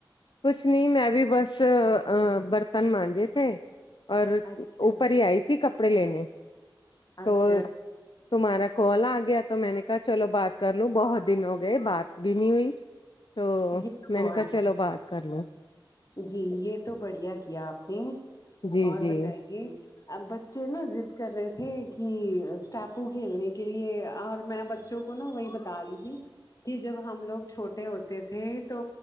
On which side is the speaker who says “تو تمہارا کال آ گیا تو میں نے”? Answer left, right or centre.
Left